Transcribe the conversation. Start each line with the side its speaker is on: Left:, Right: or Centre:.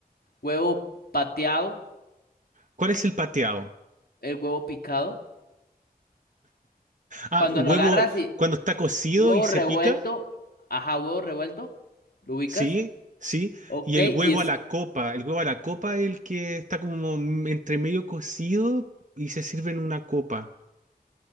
Left: huevo pateado,
Right: ¿Cuál es el pateado?
Left: el huevo picado?
Right: Ah,
Left: Cuando
Right: el huevo
Left: lo agarras y
Right: cuando está cocido
Left: huevo
Right: y se
Left: revuelto,
Right: pica,
Left: ajá, huevo revuelto, ¿lo ubicas?
Right: sí, sí.
Left: Ok,
Right: Y el huevo
Left: y es,
Right: a la copa, el huevo a la copa es el que está como entre medio cocido y se sirve en una copa.